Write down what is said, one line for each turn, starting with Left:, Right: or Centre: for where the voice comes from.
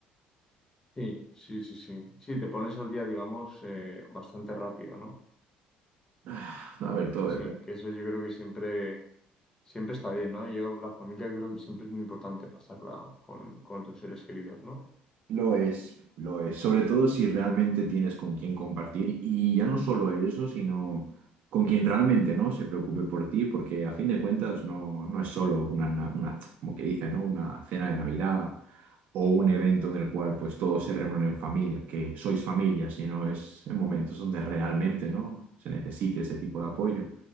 Left: Sí, sí, sí, sí. Sí, te pones al día, digamos, eh, bastante rápido, ¿no?
Right: Ah, A ver, todo,
Left: Sí,
Right: depende.
Left: que eso yo creo que siempre, siempre está bien, ¿no? Yo, la familia creo que siempre es muy importante pasarla con, con tus seres queridos, ¿no?
Right: Lo es, lo es. Sobre todo si realmente tienes con quién compartir y ya no solo eso, sino con quien realmente no se preocupe por ti, porque a fin de cuentas no, no es solo una, na- una, como que dice, ¿no? Una cena de Navidad o un evento en el cual pues todos se reúnen en familia, que sois familia, sino es en momentos donde realmente, ¿no? se necesite ese tipo de apoyo.